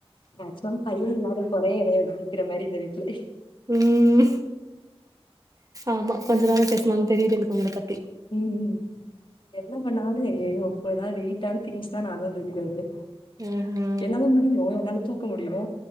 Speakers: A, on the left; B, on the right.
A: மேக்சிமம் பையே இல்லாத கொறைய எனய வச்சு தீக்குற மாரி இந்த வீட்ல
B: ம் ஆமா கொஞ்ச நேரோ பேசுனாலு தெரிது எனக்கு உங்கள பத்
A: ம் என்ன பண்ணாலு ஐயோ இப்போ ஏதாவது வெயிட்டான திங்ஸ்னா நாதா தூக்கி ட்டு வருவே
B: ஆஹா
A: என்னால முடியு என்னால தூக்க முடியு